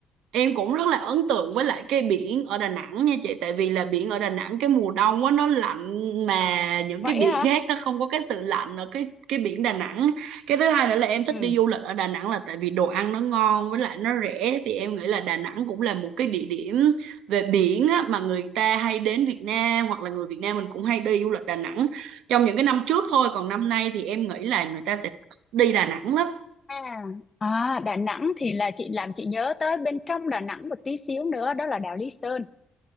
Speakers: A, on the right (about 85°); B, on the left (about 30°).
A: Em cũng rất là ấn tượng với lại cái biển ở Đà Nẵng nha chị Tại vì là biển ở Đà Nẵng cái mùa đông á nó lạnh Mà những
B: vậy
A: cái biển
B: hả?
A: khác nó không có cái sự lạnh ở cái cái biển Đà Nẵng Cái thứ hai nữa là em thích
B: Ừ.
A: đi du lịch ở Đà Nẵng là tại vì đồ ăn nó ngon với lại nó rẻ Thì em nghĩ là Đà Nẵng cũng là một cái địa điểm về biển á Mà người ta hay đến Việt Nam hoặc là người Việt Nam mình cũng hay đi du lịch Đà Nẵng Trong những cái năm trước thôi Còn năm nay thì em nghĩ là người ta sẽ đi Đà Nẵng lắm
B: À, à, Đà Nẵng thì là chị làm chị nhớ tới bên trong Đà Nẵng một tí xíu nữa đó là đảo Lý Sơn.